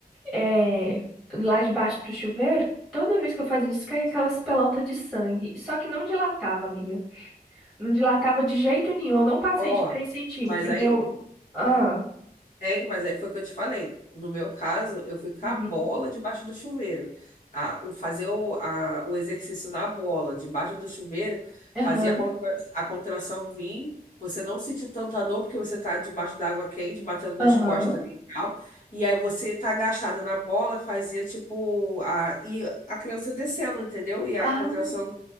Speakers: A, in the centre; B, on the left.
A: É, lá debaixo do chuveiro, toda vez que eu fazia isso, caía aquelas pelotas de sangue. Só que não dilatava, amiga. Não dilatava de jeito nenhum. Eu não passei
B: Ó,
A: de 3 centímetros.
B: mas aí
A: Deu. Ah,
B: Tem, mas aí foi o que eu te falei. No meu caso, eu fui com
A: uhum,
B: a bola debaixo do chuveiro. A, o, fazer o, a, o exercício na bola, debaixo do chuveiro,
A: aham,
B: fazia a, contra- a contração vir, você não sentir tanta dor, porque você tá debaixo da água quente, batendo nas
A: aham.
B: costas ali e tal. E aí você tá agachada na bola, fazia tipo. A, e a criança descendo, entendeu? E a
A: Ah,
B: contração,